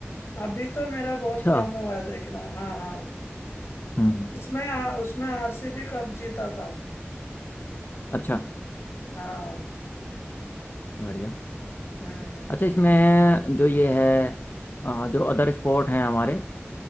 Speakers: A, on the left (about 75°); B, on the left (about 50°).
A: अभी तो मेरा बहुत
B: अच्छा
A: कम हुआ है देखना हाँ हाँ
B: हम्म
A: इसमें आ, उसमें आरसीबी कप जीता था
B: अच्छा
A: हाँ
B: बढ़िया
A: हम्म
B: अच्छा इसमें जो ये है अ, जो अदर स्पोर्ट हैं हमारे